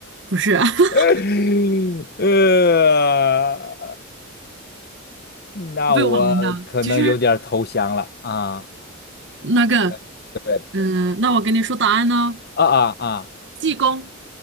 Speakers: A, on the right; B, on the left.
A: 不是 <laughs>，
B: <laughs> 呃，那我可能有点儿投降了啊，
A: 被我难倒。其实那个，
B: 对对
A: 嗯、那我跟你说答案呢，
B: 啊啊啊！
A: 济公，